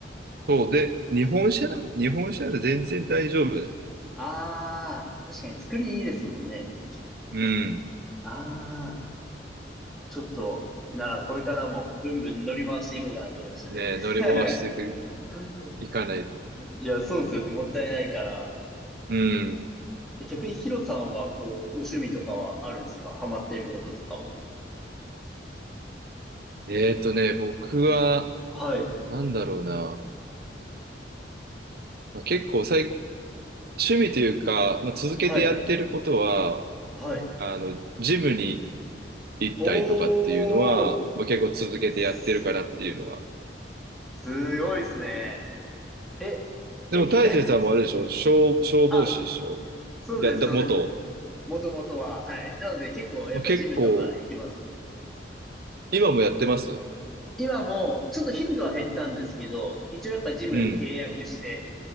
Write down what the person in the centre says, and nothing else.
ああ、確かに作りいいですもんね。
ああ、ちょっと、ならこれからもブンブン乗り回していこうかなと思いましたね。
<laughs>
いや、そうですよね。もったいないから。
え逆にヒロさんは、こう、お趣味とかはあるんですかハマってることとかも。
はい。
はい。はい。
おー。
す、すごいですね。え、
エニタイムですか
あ、そうです、
そうです。
もともとは。はい。なので結構やっぱジムとか行きます。
今もちょっと頻度は減ったんですけど、一応やっぱジム契約して